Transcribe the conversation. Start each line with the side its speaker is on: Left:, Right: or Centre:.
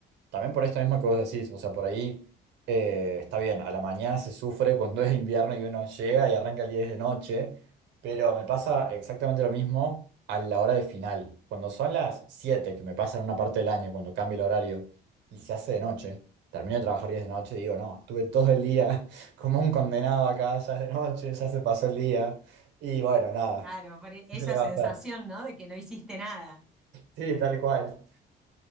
Right: también por esto mismo que vos decís, o sea, por ahí eh, está bien, a la mañana se sufre cuando es invierno y uno llega y arranca el 10 de noche, pero me pasa exactamente lo mismo a la hora de final. Cuando son las 7 que me pasa en una parte del año, cuando cambia el horario y se hace de noche, termino de trabajar 10 de noche y digo, no, estuve todo el día <laughs> como un condenado acá, ya es de noche, ya se pasó el día, y bueno, nada,
Centre: Claro, por e-
Right: ¿qué se
Centre: esa
Right: le va a
Centre: sensación,
Right: hacer?
Centre: ¿no? De que no hiciste nada.
Right: Sí, tal cual.